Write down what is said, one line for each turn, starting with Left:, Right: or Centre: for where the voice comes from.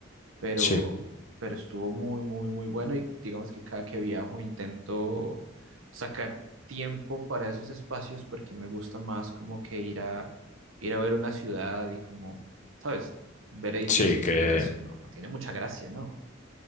Right: pero,
Left: sí,
Right: pero estuvo muy, muy, muy bueno y digamos que cada que viajo intento sacar tiempo para esos espacios porque me gusta más como que ir a, ir a ver una ciudad y como, ¿sabes? Ver edificios
Left: sí, que...
Right: y ya eso, no, no tiene mucha gracia, ¿no?